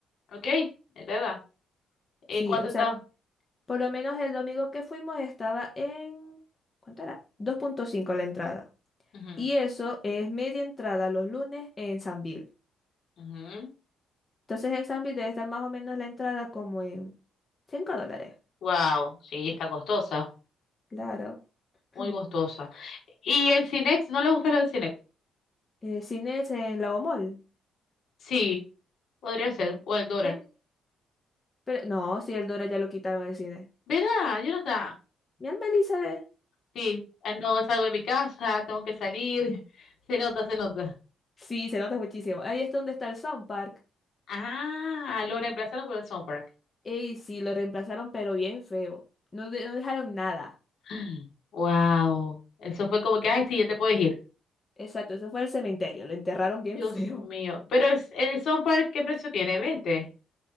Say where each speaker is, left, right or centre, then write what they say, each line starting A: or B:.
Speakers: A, on the left; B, on the left.
A: ¿ok? ¿Es ¿Verdad? ¿En
B: Sí,
A: cuánto
B: o
A: está?
B: sea, por lo menos el domingo que fuimos estaba en... ¿Cuánto era? Dos punto cinco la entrada.
A: Ujú,
B: Y eso es media entrada los lunes en Sambil.
A: ujú.
B: Entonces en Sambil debe estar más o menos la entrada como en 5 dólares.
A: Wow, sí, está costosa,
B: Claro. <clears throat>
A: muy costosa. ¿Y el Cinex? ¿No le gusta lo del Cinex?
B: Eh, cine es en Lagomall.
A: Sí, podría ser, o el Doral.
B: Ten- Pero no, si el Dora ya lo quitaron el cine.
A: Verá, yo nota.
B: Mi alma Elizabeth.
A: Sí, ah, no salgo de mi casa, tengo que salir. <laughs> Se nota, se nota.
B: Sí, se nota muchísimo. Ahí es donde está el Sound Park.
A: Ah, lo reemplazaron por el Sound Park.
B: Ey, sí, lo reemplazaron, pero bien feo. No, de- no dejaron nada.
A: <gasps> Wow, eso fue como que, ay, sí, ya te puedes ir.
B: Exacto, eso fue el cementerio. Lo enterraron bien
A: Dios
B: <laughs> feo.
A: mío, pero el, el Sound Park, ¿qué precio tiene? ¿Veinte?